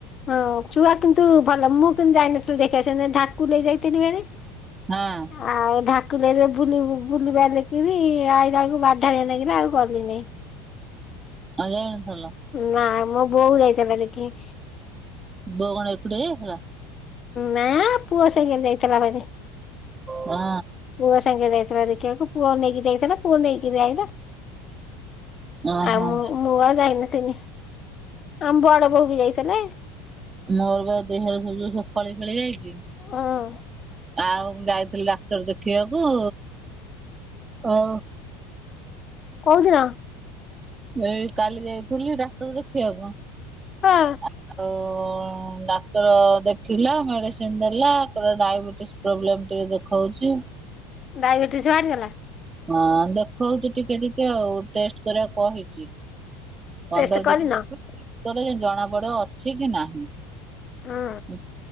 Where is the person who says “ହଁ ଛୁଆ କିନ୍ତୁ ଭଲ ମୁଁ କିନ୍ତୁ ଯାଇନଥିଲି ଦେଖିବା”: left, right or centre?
Left